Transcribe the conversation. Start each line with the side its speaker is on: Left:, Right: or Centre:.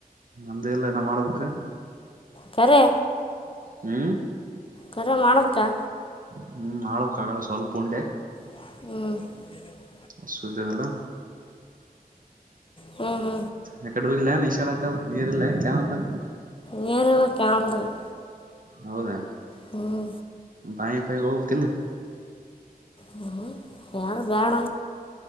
Right: ನಮ್ದು ಇಲ್ಲ ಇನ್ನ ಮಾಡ್ಬೇಕ.
Left: ಕರೆ
Right: ಹ್ಮ್
Left: ಕರೆ ಮಾಡ್ಬೇಕ.
Right: ಹ್ಮ್ ಮಾಡ್ಬೇಕ್ ಆಗಳೆ ಸ್ವಲ್ಪ ಉಂಡೆ.
Left: ಹ್ಮ
Right: ಅದ್ ಸುದ್ದಿ ಆಗಲ್ಲ.
Left: ಹ್ಮ ಹ್ಮ್
Right: ಅ ಕಡಿ ಹೋಗಿಲ್ಲೆನ್ ಇಶಾಡಕದ್ ನೀರಿಲ್ಲೆನ್ ಕ್ಯಾವನ್ದಾಗ್
Left: ನೀರ್ <unintelligible>
Right: ಹೌದಾ
Left: ಹ್ಮ್
Right: ಬಾಯ್ ಪಾಯ್ ಹೋಗ್ ತಿನ್ನು.
Left: ಹ್ಮ್್ಮ ಯಾರು ಬೇಡ